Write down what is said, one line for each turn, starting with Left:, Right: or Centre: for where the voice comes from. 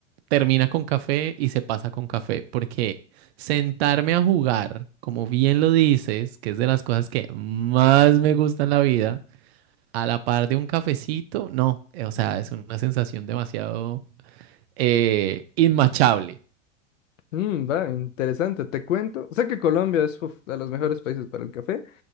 Right: termina con café y se pasa con café, porque sentarme a jugar, como bien lo dices, que es de las cosas que más me gusta en la vida a la par de un cafecito, no, eh, o sea, es una sensación demasiado eh, inmachable.
Left: mm, va, interesante. Te cuento. Sé que Colombia es uf, de los mejores países para el café,